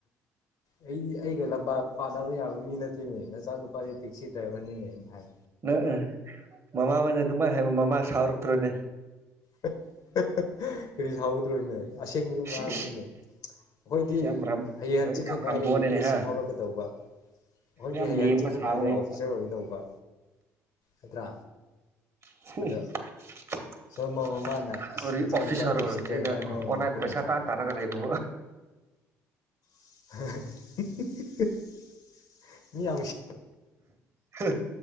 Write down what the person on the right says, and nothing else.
ꯅ ꯃꯃꯥꯅ ꯑꯗꯨꯝꯃꯥꯏꯅ ꯍꯥꯏꯕ ꯃꯃꯥ ꯁꯥꯎꯔꯛꯇ꯭ꯔꯣ ꯅꯦ
ꯏꯁ
ꯌꯥꯝ ꯔꯝ
ꯌꯥꯝ
ꯔꯝꯕꯣꯅꯤꯅꯦ
ꯍꯥ
ꯌꯥꯝ
ꯂꯦꯝꯕ
ꯁꯥꯕꯅꯦꯕ
<inaudible> <unintelligible>
ꯑꯣꯐꯤꯁꯥꯔ
ꯑꯣꯏ ꯁꯤꯗ
ꯑꯣꯟꯂꯥꯏꯟꯗ
ꯄꯩꯁꯥ
ꯇꯥꯅ
ꯇꯥꯅꯒ ꯂꯩꯕ
ꯍ